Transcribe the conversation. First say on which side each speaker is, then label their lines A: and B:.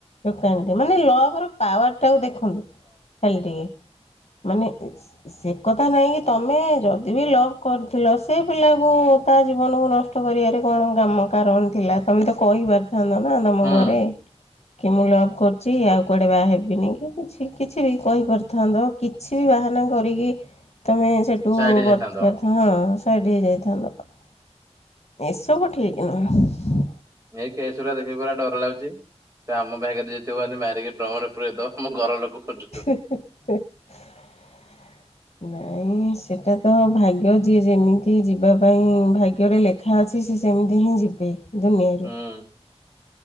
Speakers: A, on the left; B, on the right.
A: ଦୋକାନୀ ଟେ ମାନେ ଲଭ ର ପାୱାର ଟାକୁ ଦେଖନ୍ତୁ ଖାଲି ଟିକେ। ମାନେ ସେ କଥା ନାଇଁ କି ତମେ ଯଦି ବିି ଲଭ କରୁଥିଲ ସେ ପିଲାକୁ ତା ଜୀବନକୁ ନଷ୍ଟ କରିବାରେ କଣ କାମ କାରଣ ଥିଲା ତମେ ତ କହିବାର ଥାନ୍ତ ନା ତମ
B: ହୁଁ।
A: ଘରେ। କି ମୁଁ ଲଭ୍ କରୁଛି ଆଉ କୁଆଡେ ବାହା ହେବିନି କି କିଛି କିଛି ବି କହିପାରିଥାନ୍ତ କିଛି ବି ବା କରିକି ତମେ ସେଠୁ
B: ସାଇଡ ହେଇଯାଇଥାନ୍ତ
A: ବର୍ତ୍ତି ପାରିଥାନ୍ତ ହଁ। ସେଇଠିକି ଯାଇଥାନ୍ତ ଏସବୁ ଠିକ ନୁହେଁ।
B: ଏଇ କେସ ଗୁରା ଦେଖିକି ପୁରା ଡର ଲାଗୁିଚି ସେ ଆମ ଭାଗ୍ୟରେ ଯଦିଥିବ ଏମିତି ମାରିକି ଡ୍ରମରେ ପୁରେଇଦବ। ଆମ ଘର ଲୋକ ଖୋଜୁଥିବେ।
A: <inaudible> ନାଇଁ ସେଟା ତ ଭାଗ୍ୟ ଯିଏ ଯେମିତି ଯିବା ପାଇଁ ଭାଗ୍ୟରେ ଲେଖା ଅଛି ସେ ସେମିତି ହିଁ ଯିବି ଦୁନିଆରୁ।
B: ହୁଁ